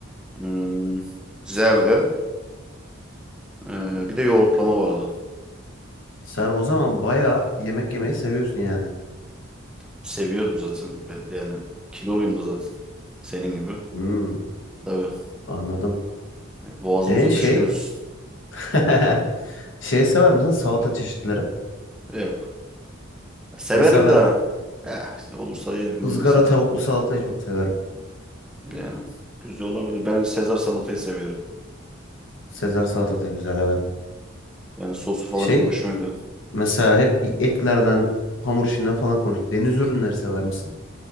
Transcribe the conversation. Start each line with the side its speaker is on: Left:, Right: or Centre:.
Centre: hmm, zerde. ee, bir de yoğurtlama vardı.
Left: Sen o zaman bayağı yemek yemeyi seviyorsun yani.
Centre: Seviyorum zaten. E, Yani kiloluyum da zaten. Senin gibi.
Left: Hmm,
Centre: Tabii.
Left: anladım.
Centre: Yani Boğazımıza
Left: E şey
Centre: düşkünüz.
Left: <laughs> şey sever misin salata çeşitleri?
Centre: Yok. Ya Severim
Left: Mesela ben
Centre: de. Eh, işte olursa yerim.
Left: ızgara
Centre: Olmazsa
Left: tavuklu
Centre: diye.
Left: salatayı çok severim.
Centre: Yani güzel olabilir. Ben Sezar salatayı seviyorum.
Left: Sezar salata da güzel evet.
Centre: Yani sosu falan
Left: Şey
Centre: çok hoşuma gidiyor.
Left: mesela hep bir etlerden hamur işinden falan konuştuk. Deniz ürünleri sever misin?